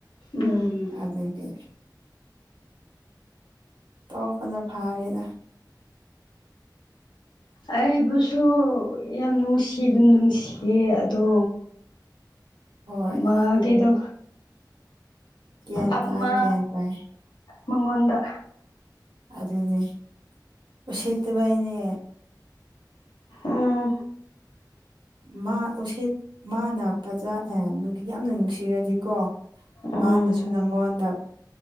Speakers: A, on the left (about 80°); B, on the right (about 85°).
A: ꯎꯝ
B: ꯑꯗꯨꯗꯗꯤ ꯇ ꯀꯩꯅ ꯐꯥꯔꯗ
A: ꯑꯩꯕꯨꯁꯨ ꯌꯥꯝ ꯅꯨꯡꯁꯤ ꯑꯗꯨꯝ ꯅꯨꯡꯁꯤꯌꯦ ꯑꯗꯣ
B: ꯍꯣꯏ
A: ꯃꯥꯒꯤꯦꯗꯣ
B: ꯑꯗꯨꯅꯦ ꯒ꯭ꯌꯥꯟ
A: ꯑꯃ
B: ꯇꯥꯏ ꯒ꯭ꯌꯥꯟ ꯇꯥꯏ
A: ꯃꯉꯣꯗ
B: ꯑꯗꯨꯗꯅꯤ ꯑꯣ ꯁꯇꯕꯥꯏꯅꯦ
A: ꯎꯝ
B: ꯃꯥ ꯎꯁꯤꯠ ꯃꯥꯅ ꯐꯖ ꯌꯥꯝꯅ ꯅꯨꯡꯁꯤꯔꯗꯤꯀꯣ
A: ꯎꯝ
B: ꯃꯥꯅꯁꯨ ꯅꯪꯉꯣꯟꯗ